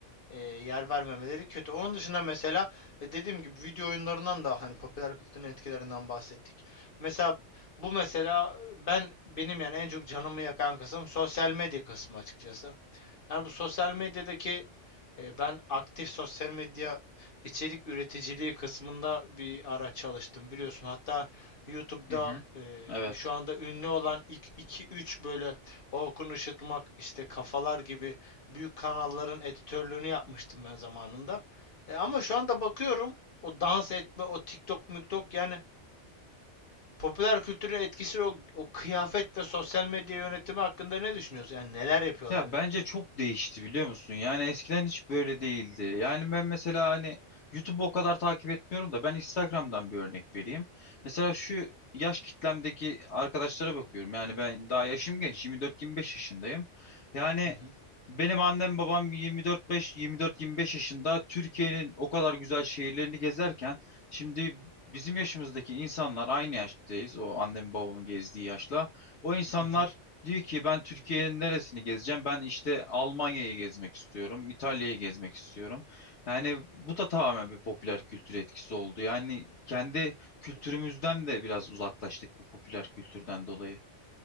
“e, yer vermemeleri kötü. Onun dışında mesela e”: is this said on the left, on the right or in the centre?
Left